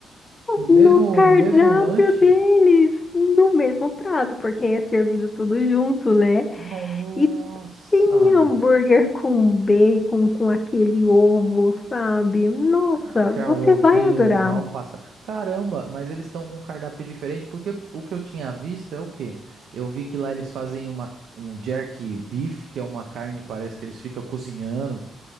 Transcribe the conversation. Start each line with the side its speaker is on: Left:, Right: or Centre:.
Right: No mesmo,
Left: no cardápio
Right: no mesmo lanche?
Left: deles, no mesmo prato, porque é servido tudo junto, né?
Right: Nossa!
Left: E tem hambúrguer com bacon, com aquele ovo, sabe? Nossa,
Right: Caraca,
Left: você
Right: um ovinho
Left: vai adorar.
Right: mal passado. Caramba, mas eles estão com um cardápio diferente, porque o que eu tinha visto é o quê? Eu vi que lá eles fazem uma, um jerky beef, que é uma carne, parece que eles ficam cozinhando